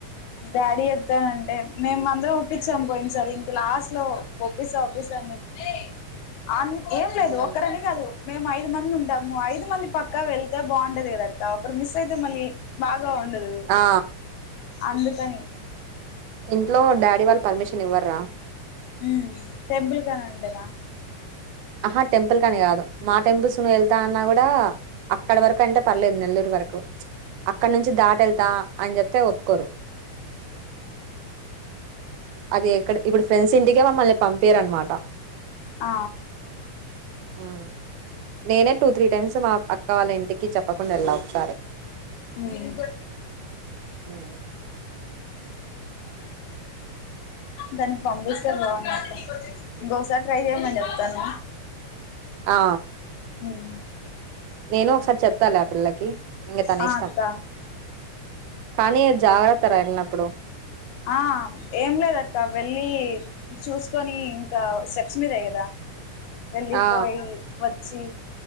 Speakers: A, on the left; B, on the right.
A: డాడీ చెప్తానంటే మేము అందరం ఒప్పించాం పోయిన సార్ ఇంక లాస్ట్ లో ఒప్పిస్తా ఒప్పిస్తా అని చెప్పి అ ఏం లేదు
B: ఉమ్,
A: ఒక్కరని కాదు మేము ఐదు మంది ఉంటాము ఐదు మంది పక్కా వెళ్తే బాగుంటది కదక్క ఒకరు మిస్ అయితే మళ్ళీ బాగ్ గా ఉండదు
B: ఆ
A: అందుకని
B: ఇంట్లో డాడీ వాళ్ళు పర్మిషన్ ఇవ్వర్రా
A: మ్మ్ టెంపుల్ కనంటేనా
B: ఆహా టెంపుల్ కని కాదు మా టెంపుల్స్ ను వెళ్తా అన్నా కూడా అక్కడ వరకు అంటే పర్లేదు నెల్లూరు వరకు అక్కడ నుంచి దాటెళ్తా అని చెప్తే ఒప్పుకోరు అది ఎక్కడ్ ఇప్పుడు ఫ్రెండ్స్ ఇంటికే మమ్మల్ని పంపీరనమాట
A: ఆ
B: ఆ నేనే టూ త్రీ టైమ్స్ మా అక్క వాళ్ళ ఇంటికి కి చెప్పకుండా వెళ్ళా ఒకసారి
A: మ్మ్
B: ఉమ్.
A: దానికి పంపిస్తే బాగున్నాక ఇంకోసారి ట్రై చేయమని చెప్తాను
B: ఆ
A: మ్మ్
B: నేను ఒకసారి చెప్తాలలే ఆ పిల్లకి ఇంగ తన
A: ఆ
B: ఇష్టం
A: అక్క
B: కానీ జాగ్రత్తరా ఎల్లినప్పుడు
A: ఆ ఏం లేదక్క వెళ్ళి చూసుకొని ఇంకా స్టెప్స్ మీదే కదా వెళ్ళిపోయి
B: ఆ
A: వ చ్చి